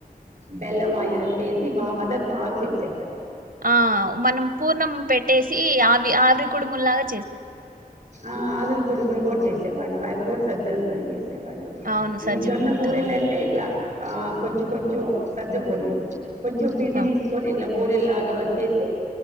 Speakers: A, on the right; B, on the right.
A: బెల్లం అంటేసి మా మదర్ బాగా చేసేవాడు
B: ఆ మనం పూర్ణం పెట్టేసి ఆవి ఆవిర్ కుడుములగా
A: ఆ ఆదురి కూడుములు కూడా చేసేవాళ్ళు బైవి కూడా సజ్జలతోనే చేసి సేవాళ్ళు
B: అవును సజ్జ
A: ఈ జొన్న
B: పిండితో
A: బూరీలు
B: అవును
A: అంటే ఇట్లా ఆ కొంచెం కొంచెం సజబోరిలు కొంచెం పిండి
B: ఆ
A: తీసుకొని ఇట్లా బోరెల్లాగా వత్సి